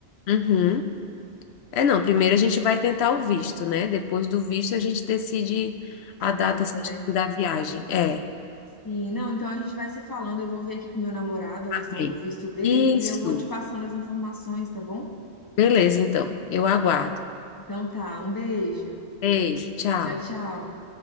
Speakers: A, on the left; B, on the left.
A: Uhum. É, não, primeiro a gente vai tentar o visto, né? Depois do visto a gente decide
B: A
A: a
B: data,
A: data certinha
B: né?
A: da viagem. É,
B: Sim. Não, então a gente vai se falando. Eu vou ver aqui com meu namorado a
A: tá
B: questão
A: bem.
B: do visto dele
A: Isso.
B: e eu vou te passando as informações, tá bom?
A: Beleza, então. Eu aguardo.
B: Então tá. Um beijo.
A: Beijo, tchau.
B: Tchau, tchau.